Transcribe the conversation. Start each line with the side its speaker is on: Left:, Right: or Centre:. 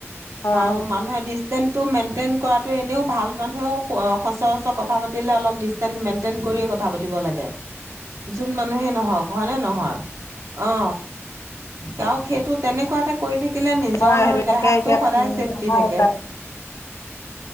Left: হয়
Right: আৰু মানুহে ডিচটেন্স টো মেইনটেইন কৰাটো এনেও ভাল মানুহেও সচৰাচৰ কথা পাতিলে অলপ ডিচটেন্স মেইনটেইন কৰিয়ে কথা পাতিব লাগে। যোন মানুহেই নহওক হয়নে নহয়। অ তেওঁ সেইটো তেনেকোৱা এটা কৰি থাকি থাকিলে নিজৰ
Left: হয় সেইটো
Right: দেহাটো
Left: তাকে এতিয়া
Right: সদায়
Left: উম
Right: চেফটি
Left: পঢ়া
Right: থাকে।
Left: যায়